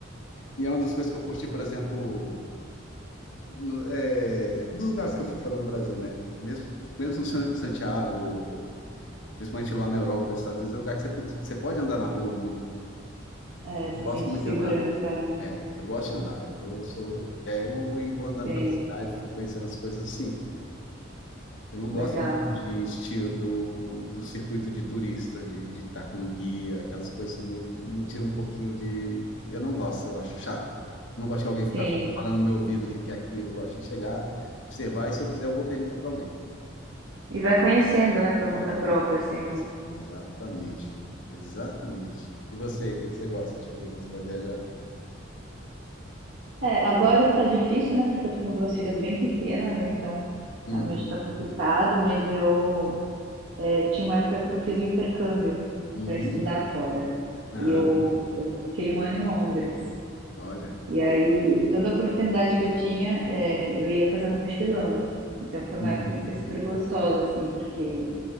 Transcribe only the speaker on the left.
e é uma das coisas que eu curti, por exemplo, no- é, nos lugares que eu fui fora do Brasil, né? Mesmo, mesmo em San- Santiago, principalmente lá na Europa, nos Estados Unidos, é um lugar que você pode, você pode andar na rua muito.
Eu
Gosto
muito
de andar.
É, eu gosto de andar, então eu sou, pego e vou andando
pela cidade, fico conhecendo as coisas assim. Eu não
gosto muito de estilo do, do circuito de turista, de de estar com guia, aquelas coisas assim, meio, me tira um pouquinho de. Eu não gosto, eu acho chato. Não gosto que alguém fica
falando no meu ouvido o que que é aquilo. Eu gosto de chegar, observar, e se eu quiser, eu vou perguntar para alguém.
E-
Isso,
exatamente, exatamente. E você, o que que você gosta de fazer quando você vai viajar?
Uhum,
uhum,
aham,
olha.
Uhum.